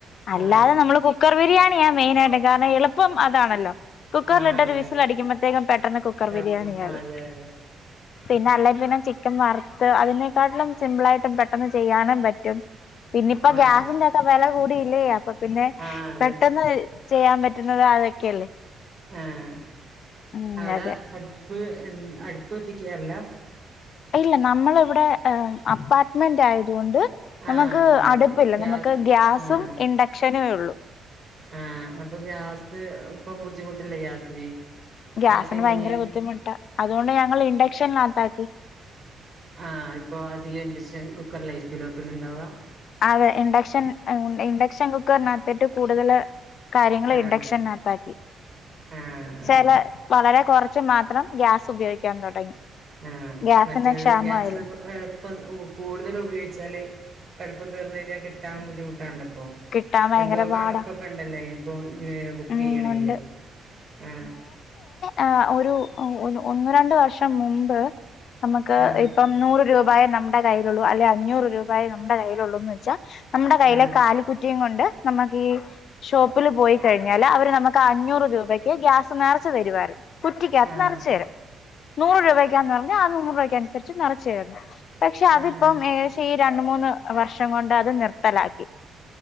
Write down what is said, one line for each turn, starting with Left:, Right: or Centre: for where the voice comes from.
Left: അല്ലാതെ
Right: ആഹ്
Left: നമ്മള് കുക്കർ ബിരിയാണി ഞാൻ മെയിനായിയിട്ട് കാരണം എള്പ്പം അതാണല്ലോ കുക്കറിലിട്ടൊരു
Right: ആഹ് അതെ
Left: വിസിടിക്കുമ്പോത്തേക്കും പെട്ടെന്ന് കുക്കർ
Right: എളുപ്പം
Left: ബിരിയാണിയാകും
Right: അതെ അതെ
Left: പിന്നാ അല്ലെ പിന്നെ ചിക്കൻ വറുത്ത് അതിനെക്കാട്ടിലും സിമ്പിള് ആയിട്ട് പെട്ടെന്ന് ചെയ്യാനും പറ്റും പിന്നിപ്പം
Right: ആഹ്
Left: ഗ്യാസിന്റെ ഒക്കെ വെല കൂട്ടി <unintelligible> അപ്പം പിന്നെ
Right: ആഹ് അതെ
Left: പെട്ടെന്ന് ചെയ്യാൻ പറ്റുന്നത് അതൊക്കെയല്ലേ
Right: ആം
Left: ഉം
Right: അവിടെ
Left: അതെ
Right: അടുപ്പ് ഉൻ അടുപ്പ് കത്തിക്കാറില്ല
Left: ഇല്ല നമ്മള് ഇവിടെ അപ്പാ മെന്റ് ആയതുകൊണ്ട് നമുക്ക്
Right: ആഹ് അങ്ങനെ
Left: അടുപ്പില്ല
Right: ഗ്യാ
Left: നമുക്ക് ഗ്യാസും
Right: ആഹ്
Left: ഇൻഡക്ഷനും ഉള്ളു
Right: ആഹ് അപ്പൊ ഗ്യാസ് ഇപ്പം ബുദ്ധിമു <unintelligible> ഗ്യാസിന്
Left: ഗ്യാസിന്
Right: അതൊക്കെ എങ്ങനെയാ
Left: ഭയങ്കര ബുദ്ധിമുട്ടാ അതുകൊണ്ട് ഞങ്ങൾ ഇൻഡക്ഷൻ ലത്താക്കി
Right: ആഹ് ഇപ്പൊ അധികം ഇൻഡക്ഷൻ കുക്കറിലായിരിക്കലോക്കുന്നുണ്ടാവുക
Left: അതെ ഇൻഡക്ഷൻ ഇൻഡക്ഷൻ കുക്കറിന ഏറ്റവും കൂടുതൽ കാര്യങ്ങൾ
Right: ആഹ്
Left: ഇൻഡക്ഷനകത്താക്കി
Right: ആഹ് ആഹ്
Left: ചില വളരെ കുറച്ച് മാത്രം ഗ്യാസ് ഉപയോഗിക്കാൻ തുടങ്ങി
Right: ആഹ്
Left: ഗ്യാസിന്
Right: മറ്റേത്
Left: ക്ഷാമായില്ലേ
Right: ഗ്യാസ് എളുപ്പം കൂടുതൽ ഉപയോഗിച്ചാല് എളുപ്പം തീർന്ന് കഴിഞ്ഞാ കിട്ടാൻ ബുദ്ധിമുട്ടാണല്ലോ
Left: കിട്ടാൻ ഭയങ്കര
Right: <unintelligible> എന്തോ കണക്കൊക്കെ
Left: പാടാ
Right: ഉണ്ടല്ലോ അയിന് ഏ ബുക്കെയ്യണെങ്കില്
Left: ഉം ഉണ്ട്
Right: ആ
Left: ആഹ് ഒരു ഒന്ന് രണ്ട് വർഷം മുമ്പ് നമുക്ക്
Right: ആഹ്
Left: ഇപ്പം നൂറ് രൂപ രൂപായേ നമ്മുടെ കയ്യിലുള്ളൂ അല്ലെ അഞ്ഞൂറുരൂപായേ നമ്മുടെ കയ്യിലുള്ളൂന്ന് വെച്ചാൽ നമ്മുടെ കൈയ്യിലെ
Right: ആഹ്
Left: കാലിക്കുറ്റി കൊണ്ട് നമുക്കീ ഷോപ്പിൽ പോയി <unintelligible> അവര് നമുക്ക് അഞ്ഞൂറ് രൂപയ്ക്ക് ഗ്യാ നെറച്ച് തരുവാരുന്നു കുറ്റിക്കകത്ത്
Right: ആഹ് ആഹ്
Left: നിറച്ച് തരും നൂറ് രൂപക്കാന്ന് പറഞ്ഞ ആ നൂറ് രൂപ <unintelligible> നുസരിച്ച് നിറച്ചരുന്നു പക്ഷെ അതിപ്പം
Right: ആഹ് ആഹ്
Left: ഏകദേശം രണ്ട് മൂന്ന് വർഷം കൊണ്ട് അത് നിർത്തലാക്കി